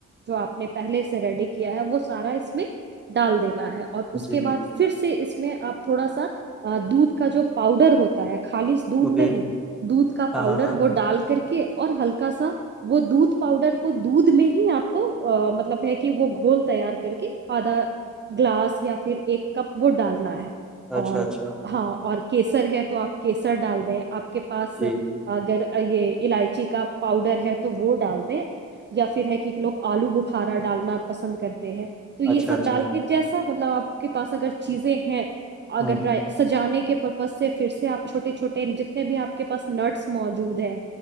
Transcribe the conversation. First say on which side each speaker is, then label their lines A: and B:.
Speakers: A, on the right (about 35°); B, in the centre.
A: جو آپ نے پہلے سے ریڈی کیا ہے وہ سارا اس میں ڈال دیتا ہے اور اس
B: جی
A: کے بعد
B: جی
A: پھر سے اس میں آپ تھوڑا سا دودھ کا جو پاؤڈر ہوتا ت ہے خالص دودھ
B: اوکے
A: نہیں دودھ کا پاؤڈر
B: ہاں ہاں ہاں
A: وہ ڈال کر کے اور ہلکا سا وہ دودھ پاؤڈر کو دودھ میں ہی آپ کو مطلب ہے کہ وہ گھول تیار کر کے آدھا گلاس یا پھر ایک کپ وہ ڈالنا ہے <unintelligible>
B: اچھا
A: اور
B: اچھا
A: ہاں اور <unintelligible> کیسر ہے <unintelligible> تو آپ کیسر ڈال دیں آپ <unintelligible> کے پاس
B: جی
A: اگر <unintelligible> یہ الائچی کا پاؤڈر ہے تو وہ ڈال د یا پھر ہے کہ لوگ آلو بخارا ڈالنا پسند کرتے ہیں <unintelligible> تو یہ
B: اچھا
A: سب
B: اچھا
A: ڈال کے جیسا <unintelligible> مطلب آپ کے پاس اگر چیزیں ہیں <unintelligible> اگر
B: ہ
A: ڈ سجانے کے <inaudible> پرپز سے پھر سے آپ چھوٹے چھوٹے جتنے بھی آپ کے پاس نٹس موجود ہے